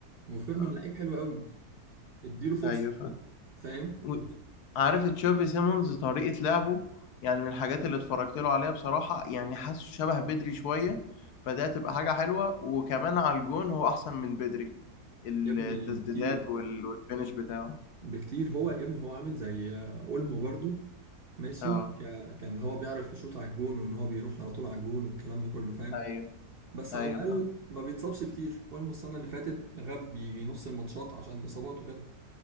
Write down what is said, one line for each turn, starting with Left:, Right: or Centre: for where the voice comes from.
Right: وفيرمين
Left: اه
Right: لعيب حلو قوي اديله فرصه
Left: ايوه فاهم
Right: فاهم
Left: و- عارف تشافي سيمونز طريقة لعبه يعني من الحاجات اللي اتفرجت له عليها بصراحة يعني حاسه شبه بدري شوية فده هتبقى حاجة حلوة وكمان على الجون هو احسن من بدري التسديدات
Right: يا ابني بكتير
Left: وال- والفينش بتاعه
Right: بكتير هو يا ابني هو عامل زي اولمو برضو ماشي
Left: اه
Right: ك... كان هو بيعرف يشوط على الجون وان هو بيروح على طول على الجون والكلام ده كله فاهم
Left: ايوه
Right: بس
Left: ايوه
Right: على الاقل
Left: فاهم
Right: ما بيتصابش كتير اول السنه اللي فاتت غاب يجي نص الماتشات عشان الاصابات وكده